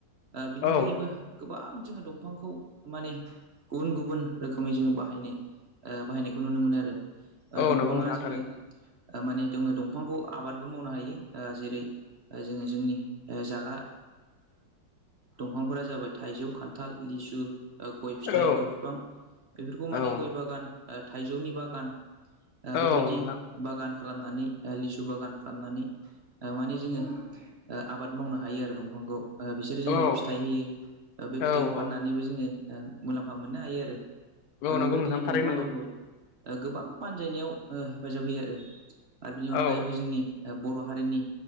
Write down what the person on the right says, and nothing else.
बिनि
अनगायैबो गोबां जोङो दंफांखौ माने गुबुन गुबुन रोखोमै जोङो बाहायनो बाहायनायखौ नुनो मोनो आरो
दंफाङा
जोंनो
माने जोङो दंफांखौ आबादबो मावनो हायो जेरै जोङो जोंनि जाग्रा दंफांफोरा जाबाय थाइजौ खान्थाल लिसु गय फिथाइ
गय बिफां बेफोरखौ माने
गय बागान थाइजौनि बागान ओ
बेबायदि
बागान खालामनानै लिसु बागान खालामनानै माने जोङो आबाद मावनो हायो आरो दंफांखौ बिसोरो जोंनो
फिथाइ होयो बे फिथाइखौ
फाननानैबो जोङो मुलाम्फा मोननो हायो आरो दा
बेबायदिनो
दंफाङा
जोंखौ गोबां बानजायनायाव हेफाजाब होयो आरो आरो बेनि अनगायैबो
जोंनि बर' हारिनि